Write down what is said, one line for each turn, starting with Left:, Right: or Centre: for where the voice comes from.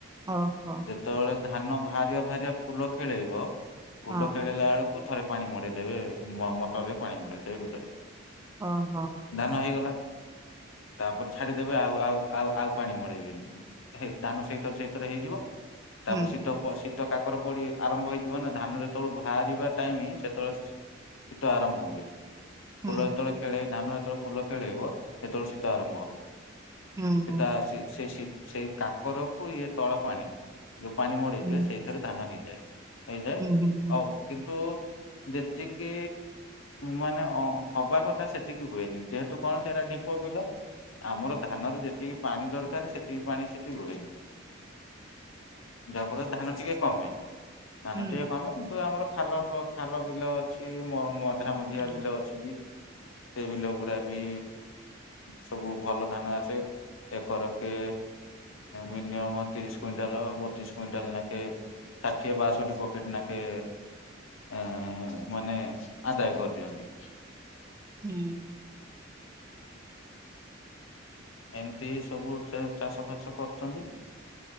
Right: ଓହୋ।
Left: ଯେତେବେଳେ ଧାନ ବାହାରିଆ ବାହାରିଆ ଫୁଲ ଖେଳେଇବ, ଫୁଲ
Right: ହଁ
Left: ଖେଲେଇଲା ବେଳକୁ ଥରେ ପାଣି ମଡେଇଦେବେ ମ ମଟର ରେ ପାଣି ମଡେଇଦେବେ ବିଲରେ।
Right: ହଁ।
Left: ଧାନ ହେଇଗଲା, ତାପରେ ଛାଡି ଦେବେ ଆଉ ଆଉ ଆଉ ଆଉ ପାଣି ମଡେଇବେନି, ଧାନ ସେଇଥର ସେଇଥରେ ହେଇଯିବ। ତାପରେ
Right: ହୁଁ
Left: ଶୀତ ପ ଶୀତ କା କର ପଡି ଆରମ୍ଭ ହେଇଯିବ ନା, ଧାନ ଯେତେବେଳେ ବାହାରିବା ଟାଇମ ହିଁ ସେତେବେଳେ ଶୀତ ଆରମ୍ଭ ହୁଏ। ଫୁଲ
Right: ହୁଁ
Left: ଯେତେବେଳେ ଖେଳେଇ ଧାନ ଯେତେବେଳେ ଫୁଲ ଖେଳେଇବ, ସେତେବେଳେ ଶୀତ ଆରମ୍ଭ ହବ।
Right: ହୁଁ
Left: ସେଟା
Right: ହୁଁ
Left: ସେ ସେ ସେଇ କାକରକୁ ଇଏ ତଳ ପାଣି ଯୋଉ ପାଣି ମଡେଇଥିବେ
Right: ହୁଁ
Left: ସେଇଥିରେ ଧାନ ହେଇଯାଏ। ହେଇଯାଏ
Right: ହୁଁ ହୁଁ।
Left: ହଉ, କିନ୍ତୁ ଯେତିକି, ମାନେ ଅ ହବା କଥା ସେତିକି ହୁଏନି। ଯେହେତୁ କଣ ସେଇଟା ଢିପ ବିଲ ଆମର ଧାନରେ ଯେତିକି ପାଣି ଦରକାର ସେତିକି ପାଣି ସେଠି ରୁହେନି। ଯାହାଫଳରେ ଧାନ ଟିକେ କମେ, ଧାନ
Right: ହୁଁ
Left: ଟିକେ କମେ କିନ୍ତୁ ଆମର ଖାଲ ଖାଲ ବିଲ ଅଛି, ମଝା ମଝିଆ
Right: ହଁ ହୁଁ।
Left: ବିଲ ଅଛି ବି। ସେଇ ବିଲ ଗୁରା ବି ସବୁ ଭଲ ଧାନ ଆସେ। ଏକରକେ ମିନିୟମ ତିରିଶ କୁଇଣ୍ଟାଲ ବତିଶ କୁଇଣ୍ଟାଲ ନଖେ ଷାଠିଏ ବାଷଠି ପକେଟ ନାଖେ ଆ ମାନେ ଆଦାୟ କରିଦିଅନ୍ତି।
Right: ହୁଁ।
Left: ଏମିତି ସବୁ ଚାଷ ଫାସ କରୁଛନ୍ତି।